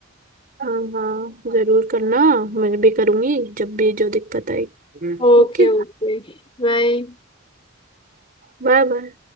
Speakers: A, on the right; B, on the left.
A: हाँ हाँ जरूर करना मैं भी करूंगी जब भी जो दिक्कत आए
B: Okay
A: ओके
B: okay बाय
A: Bye bye